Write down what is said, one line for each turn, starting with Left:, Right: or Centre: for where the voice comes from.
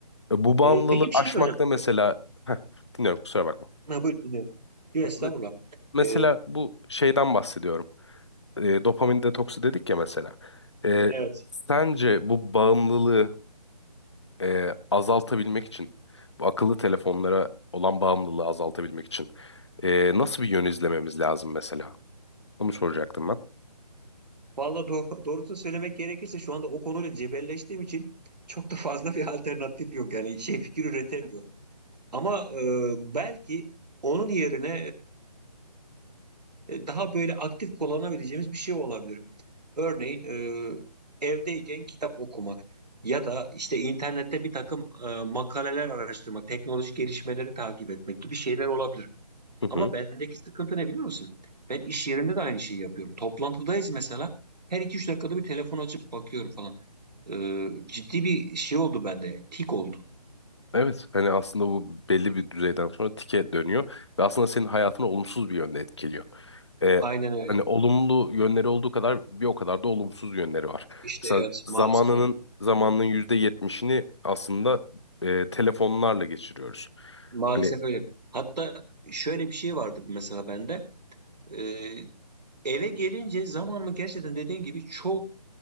Left: E, Bu bağımlılığı
Right: E, peki bir
Left: aşmakta
Right: şey soracağım.
Left: mesela Heh, dinliyorum kusura bakma.
Right: E, ha, buyur dinliyorum. Yok estağfurullah.
Left: Me- Mesela
Right: E,
Left: bu şeyden bahsediyorum. E, dopamin detoksu dedik ya mesela. E,
Right: evet.
Left: sence bu bağımlılığı e, azaltabilmek için, bu akıllı telefonlara olan bağımlılığı azaltabilmek için e, nasıl bir yön izlememiz lazım mesela? Onu soracaktım ben.
Right: Valla doğ <laughs> doğrusunu söylemek gerekirse şu anda o konuyla cebelleştiğim için çok da fazla bir <laughs> alternatif yok. Yani şey fikir üretemiyorum. Ama e, belki onun yerine e, e, daha böyle aktif kullanabileceğimiz bir şey olabilir. Örneğin e, evdeyken kitap okumak ya da işte internette bir takım e, makaleler araştırmak, teknolojik gelişmeleri takip etmek gibi şeyler olabilir.
Left: <laughs>
Right: Ama bendeki sıkıntı ne biliyor musun? Ben iş yerinde de aynı şeyi yapıyorum. Toplantıdayız mesela. Her iki üç dakikada bir telefon açıp bakıyorum falan. Ee, ciddi bir şey oldu bende. Tik oldu.
Left: Evet hani aslında bu belli bir düzeyden sonra tike dönüyor ve aslında senin hayatını olumsuz bir yönde etkiliyor. Ee,
Right: Aynen öyle.
Left: hani olumlu yönleri olduğu kadar bir o kadar da olumsuz yönleri var.
Right: İşte
Left: Mesela
Right: evet
Left: zamanının
Right: maalesef öyle.
Left: zamanının yüzde yetmişini aslında e, telefonlarla geçiriyoruz.
Right: Maalesef
Left: Hani
Right: öyle. Hatta şöyle bir şey vardı mesela bende. Ee, eve gelince zamanımı gerçekten dediğin gibi çok